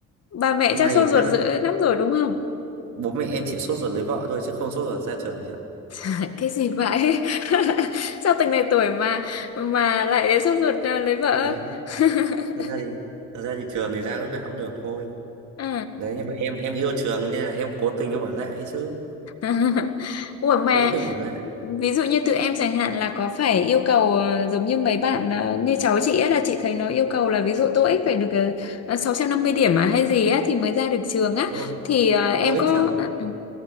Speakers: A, on the left (about 55°); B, on the right (about 75°).
A: Bà mẹ
B: năm
A: chắc
B: nay
A: sốt
B: thì
A: ruột
B: chắc là
A: dữ lắm rồi đúng không?
B: bố mẹ em chỉ sốt ruột lấy vợ thôi chứ không sốt ruột ra trường chị ạ
A: <laughs> Cái gì vậy? <laughs> Sao từng này tuổi mà mà lại sốt ruột à, lấy vợ?
B: đấy
A: <laughs>
B: thật ra thì thật ra thì trường thì ra lúc nào cũng được thôi
A: Ừ.
B: đấy nhưng mà em em yêu trường nên là em cố tình em ở lại ấy chứ
A: <laughs> Ủa mà
B: cố tình ở lại
A: ví dụ như tụi em chẳng hạn là có phải yêu cầu ờ, giống như mấy bạn ờ, như cháu chị ấy là chị thấy nó yêu cầu là ví dụ TOEIC phải được ờ, ờ, 650 điểm à hay gì á thì mới ra được trường á
B: đúng không
A: thì ờ, em
B: tôi
A: có
B: ít trường
A: à, ừ,